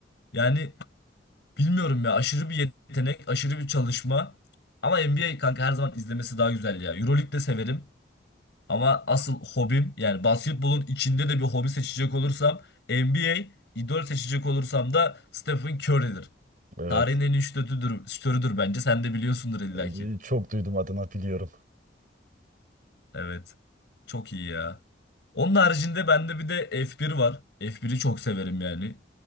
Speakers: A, on the left (about 70°); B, on the right (about 50°).
A: Yani bilmiyorum ya aşırı bir yetenek, aşırı bir çalışma. Ama NBA kanka her zaman izlemesi daha güzel ya. Euroleague de severim. Ama asıl hobim yani basketbolun içinde de bir hobi seçecek olursam NBA, idol seçecek olursam da Stephen Curry'dir.
B: evet.
A: Tarihin en iyi şutörüdür, şutörüdür bence. Sen de biliyorsundur illaki.
B: E, Çok duydum adına biliyorum.
A: Evet. Çok iyi ya. Onun haricinde bende bir de F1 var. F1'i çok severim yani.